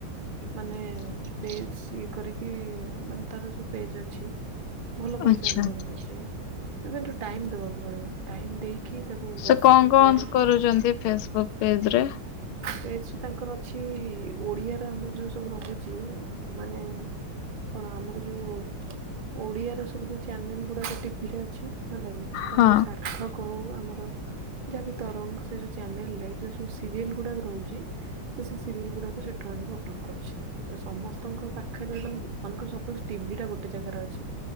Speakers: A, on the right (about 50°); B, on the left (about 85°).
A: ମାନେ ପେଜ ଇଏକରିକି ମାନେ ତାର <unintelligible> ଭଲ ପଇସା
B: ଆଚ୍ଛା।
A: ଇନକମ କରୁଛେ, କିନ୍ତୁ ଟାଇମ ଦବାକୁ ପଡିବ। ଟାଇମ ଦେଇକି ତାକୁ
B: ସେ
A: ବସିକି
B: କଣ କଣ
A: କରି
B: କରୁଛନ୍ତି, ଫେସବୁକ୍ ପେଜ ରେ
A: ବ ତାଙ୍କର ଅଛି ଓଡିଆର ଆମର ଯୋଉ ସବୁ ରହୁଚି ମାନେ କଣ ଆମର ଯୋଉ ଓଡିଆ ର ସବୁ ଯୋଉ ଚ୍ୟାନେଲ ଗୁଡାକ ଟିଭିରେ ଅଛି ନ ଲାଗେ ତାର
B: ହଁ
A: ଯୋଉ ସାର୍ଥକ ହୋଉ ଆମର ତରଙ୍ଗ ସେ ଚ୍ୟାନେଲରେ ଯୋଉ ସବୁ ସିରିଏଲ୍ ରେ ଗୁଡ଼ାକ ରହୁଛି ସେ ସିରିଏଲ୍ ଗୁଡାକ ସେଠୁ ଆଣିକି ଅପଲୋଡ଼୍ କରୁଚି। ତ ସମସ୍ତଙ୍କ ପାଖରେ ରହି। ମନେକର ସପୋଜ ଟିଭି ଟା ଗୋଟେ ଜାଗାରେ ଅଛି